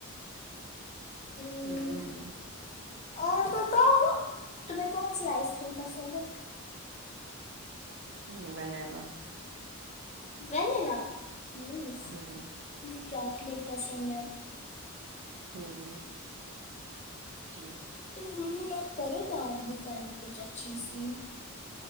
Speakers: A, on the left; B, on the right.
A: ہمم
B: ہاں
A: اور بتاؤ تمہیں کون سی آئس کریم پسند ہے
B: ہ ون لو <unintelligible>
A: وینلا وز
B: ہوں
A: م چاکلیٹ پسند ہے
B: ہوں ہوں
A: تم مت کرو بات بھی کرو کچھ اچھی سی